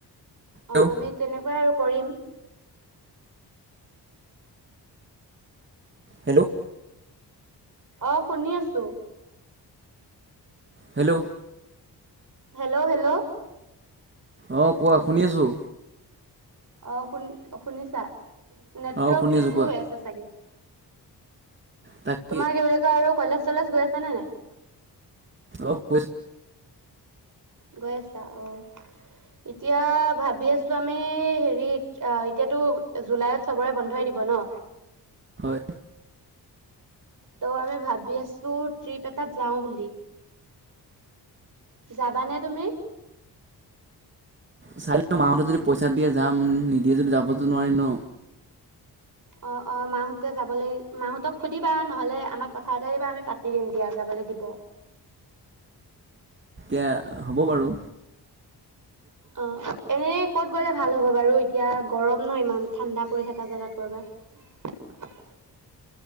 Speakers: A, on the right; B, on the right.
A: অ
B: হেল্ল'
A: আমি তেনেকুৱাই আৰু। কৰিম।
B: হেল্ল'
A: অ শুনি আছো।
B: হেল্ল'।
A: হেল্ল' হেল্ল'
B: অ কোৱা শুনি আছো।
A: অ শুন শুনিছা। নেটৱৰ্ক
B: অঁ শুনি
A: ইছু
B: আছোঁ কোৱা
A: হৈ আছে চাগে
B: তাকে
A: তোমাক কি বুলি কই আৰু কলেজ চলাচ গৈ আছা নে নাই।
B: অঁ গৈ আছোঁ।
A: গৈ আছা অ এতিয়া ভাবি আছো আমি হেৰি এতিয়াতো জুলাইত চবৰে বন্ধই দিব ন।
B: হয়
A: ত' আমি ভাবি আছো ট্ৰিপ এটাত যাওঁ বুলি। যাবানে তুমি?
B: চাই লও মাহতে যদি পইচা দিয়ে যাম নিদিয়ে যদি যাবতো নোৱাৰিম ন।
A: অ অ মাহঁতকে যাবলৈ মাহঁতক সুধিবা নহলে আমাক কথা এটাাই দিবা আমি পাতি দিম দিয়া যাবলৈ দিব।
B: এতিয়া হ'ব বাৰু
A: অ এনে কত গলে ভাল হ'ব বাৰু এতিয়া গৰম ন ইমান। ঠাণ্ডা পৰি থকা জেগাত ক'ৰবাত।